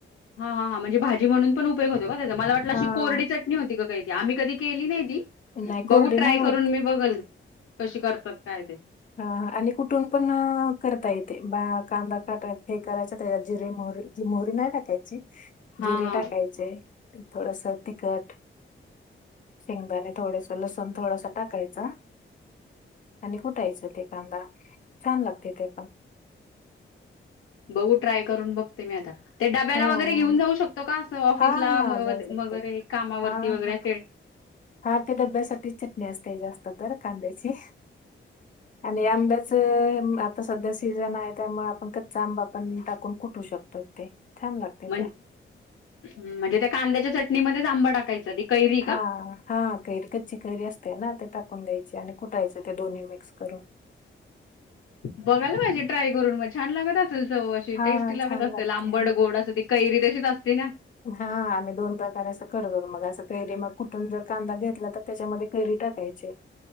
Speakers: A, on the left; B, on the left.
A: हा हा हां म्हणजे भाजी म्हणुन पण उपयोग होतो का त्याचा? मला वाटलं
B: हा
A: अशी कोरडी चटणी होती का काही? आम्ही कधी केली नाही ती,
B: नाही कोरडे
A: बघू
B: नाही
A: ट्राय
B: होत
A: करून मी बघल कशी करतात काय ते?
B: ह आणि कुठून पण करता येते, बा कांदा हे करायच त्या जिरे मोहरी जी मोहरी नाही टाकायची
A: हा
B: जिरे
A: हा
B: टाकायचे. ते थोडस तिखट शेंगदाणे थोडस लसण थोडस टाकायच. कुटायचं ते कांदा छान लागते ते पण
A: बघू ट्राय करून बघते मी आता ते डाब्याला
B: हा
A: वगैरे घेऊन
B: आणि
A: जाऊ शकतो का ऑफिसला
B: हा हा
A: वगैरे
B: जाऊ शकतो
A: कामावरती
B: हा
A: वगैरे
B: हा
A: असेल.
B: हा ते डब्यासाठी चटणी असते. जास्त तर कांद्याची आणि आंब्याचं आता सध्या सीझन आहे. त्यामुळे आपण कच्चा आंब आपण टाकून कुठू शकतो. हो ते <inaudible>
A: ण
B: त्या
A: म्हणजे त्या कांद्याच्या चटणीमध्येच आंबा टाकायचा. कैरी
B: हा
A: का
B: हा कैरी कच्ची कैरी असते ना ते टाकून द्यायची आणि कुठायचं ते दोन्ही मिक्स करून.
A: बघायला पाहिजे ट्राय करून मग छान लागत असेल च अशी
B: हा
A: टेस्टी लागत
B: छान
A: असेल
B: लागते
A: आंबड, गोड अस. कैरी तशीच असते ना?
B: हा आम्ही दोन प्रकारे असं करत होतो. मग असं कैरी मग कुठून जर कांदा घेतला तर त्याच्यामध्ये कैरी टाकायचे.